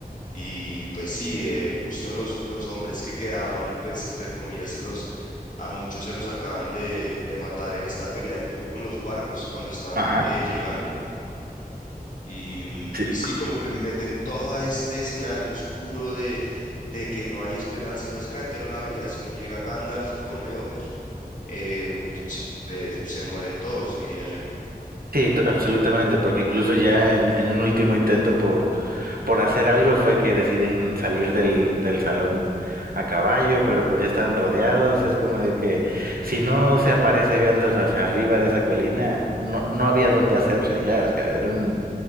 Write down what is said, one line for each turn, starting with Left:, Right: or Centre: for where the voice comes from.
Left: y pues sí, eh, justo los, los hombres que quedaban, pues entre comillas, se los, a muchos se los acaban de, de matar en esta pelea que hubo con los Wargos cuando están
Right: Ajá.
Left: eh, llegando. Y, mm,
Right: Sí,
Left: y sí, como que meten todo este escenario oscuro de, de que no hay esperanza y básicamente no la había. Si no llega Gandalf con Eomer, eh, si- eh, se mueren todos, diría yo.
Right: sí, t- absolutamente, porque incluso ya en, en un último intento por por hacer algo fue que deciden salir del, del salón a caballo, pero pues ya están rodeados. Es como de que si no se aparece Gandalf al- arriba de esa colina, no, no había dónde hacerse ya. O sea, era un-